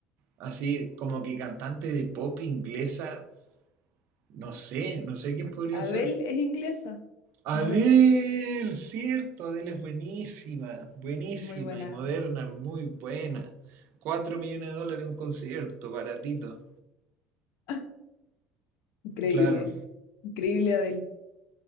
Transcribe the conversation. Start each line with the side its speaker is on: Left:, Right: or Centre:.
Right: Así como que cantante de pop inglesa, no sé, no sé quién podría
Left: Adele
Right: ser.
Left: es inglesa,
Right: Adele,
Left: moderna.
Right: cierto, Adele es buenísima, buenísima
Left: Muy buena.
Right: y moderna, muy buena. 4 millones de dólares un concierto, baratito.
Left: <laughs> Increíble.
Right: Claro,
Left: Increíble Adele.